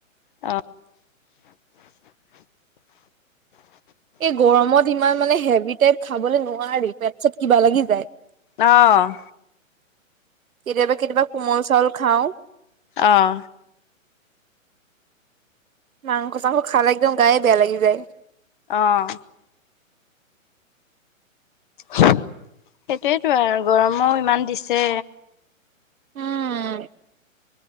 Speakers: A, on the left; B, on the right.
A: অ।
B: এই গৰমত ইমান মানে হেভি টাইপ খাবলৈ নোৱাৰি, পেট চেট কিবা লাগি যায়।
A: অঁ।
B: কেতিয়াবা-কেতিয়াবা কোমল চাউল খাও।
A: অঁ।
B: মাংস-চাংস খালে একদম গায়ে বেয়া লাগি যায়।
A: অঁ। সেইটোৱেটো আৰু গৰমো ইমান দিছে।
B: উম।